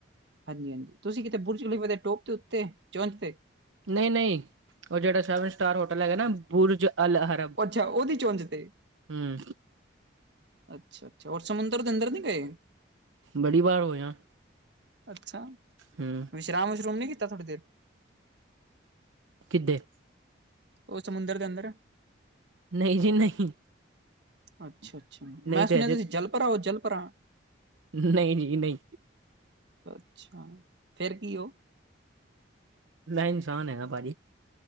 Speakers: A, on the right (about 60°); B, on the right (about 80°).
A: ਹਾਂਜੀ-ਹਾਂਜੀ, ਤੁਸੀ ਕਿਤੇ ਬੁਰਜਖਲੀਫਾ ਦੇ ਟੋਪ ਤੇ ਉੱਤੇ, ਚੁੰਜ ਤੇ?
B: ਨਈ-ਨਈ, ਓ ਜੇੜਾ ਸੈਵਨ ਸਟਾਰ ਹੋਟਲ ਹੈਗਾ ਨਾ, ਬੁਰਜ ਅਲਹ
A: ਅੱਛਾ, ਓਦੀ ਚੁੰਜ ਤੇ?
B: ਹੂੰ।
A: ਅੱਛਾ-ਅੱਛਾ, ਹੋਰ ਸਮੁੰਦਰ ਦੇ ਅੰਦਰ ਨੀ ਗਏ?
B: ਬੜੀ ਵਾਰ ਹੋਏ ਆਂ।
A: ਅੱਛਾ।
B: ਹੂੰ
A: ਵਿਸ਼ਰਾਮ-ਵਿਸ਼ਰੁਮ ਨੂੰ ਕੀਤਾ ਥੋੜੀ ਦੇਰ?
B: ਕਿਦੇ?
A: ਓ, ਸਮੁੰਦਰ ਦੇ ਅੰਦਰ?
B: ਨਈ ਜੀ, ਨਈਂ।
A: ਅੱਛਾ-ਅੱਛਾ, ਮੈਂ
B: ਤੇ
A: ਸੁਣਿਆ ਤੁਸੀਂ ਜਲ ਪਰਾ ਓ, ਜਲ ਪਰਾ।
B: ਨਈਂ ਜੀ, ਨਈਂ।
A: ਅੱਛਾ, ਫੇਰ ਕੀ ਓ?
B: ਮੈਂ ਇਨਸ਼ਾਨ ਹੈਗਾ, ਭਾਜੀ।